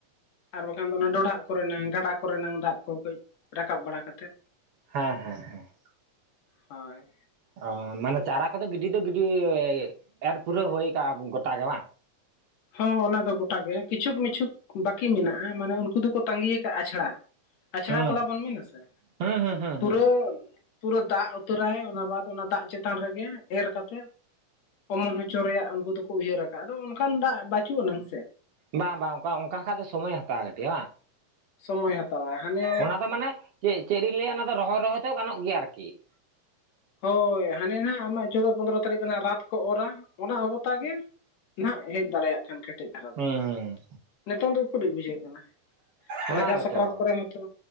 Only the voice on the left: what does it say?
ᱟᱨ ᱵᱟᱠᱷᱟᱱ ᱫᱚ ᱚᱱᱟ ᱰᱚᱰᱷᱟᱜ ᱠᱚᱨᱮᱱᱟᱝ ᱜᱟᱰᱟ ᱠᱚᱨᱮᱱᱟᱝ ᱫᱟᱜ ᱠᱚ ᱠᱟᱹᱡ ᱨᱟᱠᱟᱵ ᱵᱟᱲᱟ ᱠᱟᱛᱮᱫ ᱾
ᱦᱳᱭ
ᱦᱚᱸ ᱚᱱᱟ ᱫᱚ ᱜᱚᱴᱟ ᱜᱮ ᱠᱤᱪᱷᱩᱠ ᱢᱤᱪᱷᱩᱠ ᱵᱟᱹᱠᱤ ᱢᱮᱱᱟᱜᱼᱟ ᱢᱟᱱᱮ ᱩᱱᱠᱩ ᱫᱚᱠᱚ ᱛᱟᱸᱜᱤ ᱭᱟᱠᱟᱫᱟ ᱟᱪᱷᱟᱲᱟ ᱾ ᱟᱪᱷᱟᱲᱟ
ᱛᱚᱲᱟ ᱵᱚᱱ ᱢᱮᱱ ᱟᱥᱮ
ᱯᱩᱨᱟᱹ
ᱯᱩᱨᱟᱹ ᱫᱟᱜ ᱩᱛᱟᱹᱨᱟᱭ ᱚᱱᱟ ᱵᱟᱫ ᱚᱱᱟ ᱫᱟᱜ ᱪᱮᱛᱟᱱ ᱨᱮᱜᱮ ᱮᱨ ᱠᱟᱛᱮᱜ ᱚᱢᱚᱱ ᱦᱚᱪᱚ ᱨᱮᱭᱟᱜ ᱩᱱᱠᱩ ᱫᱚᱠᱚ ᱩᱭᱦᱟᱹᱨ ᱟᱠᱟᱜᱼᱟ ᱟᱫᱚ ᱚᱱᱠᱟᱱ ᱫᱟᱜ ᱵᱟᱹᱪᱩᱜ ᱟᱱᱟᱝ ᱥᱮ ᱾
ᱥᱚᱢᱚᱭ ᱦᱟᱛᱟᱣ ᱟᱭ ᱦᱟᱱᱮ
ᱦᱳᱭ ᱦᱟᱱᱮ ᱱᱟᱦᱟᱜ ᱟᱢᱟᱜ ᱪᱳᱫᱳ ᱯᱚᱸᱫᱽᱨᱚ ᱛᱟᱹᱨᱤᱠᱷ ᱦᱟᱜ ᱨᱟᱛ ᱠᱚ ᱚᱨᱟ ᱚᱱᱟ ᱚᱵᱚᱛᱟ ᱜᱮ ᱱᱟᱦᱜ ᱦᱮᱡ ᱫᱟᱲᱮᱭᱟᱜ ᱠᱷᱟᱱ ᱠᱟᱹᱴ ᱠᱮᱴᱮᱡ ᱫᱷᱟᱨᱟ ᱫᱚ
ᱱᱤᱛᱚᱝ ᱫᱚ ᱩᱠᱩᱨᱤᱡ ᱵᱩᱡᱷᱟᱹᱜ ᱠᱟᱱᱟ?
ᱨᱟᱡᱟ
ᱥᱟᱠᱨᱟᱛ ᱠᱚᱨᱮ ᱦᱚᱸᱛᱚ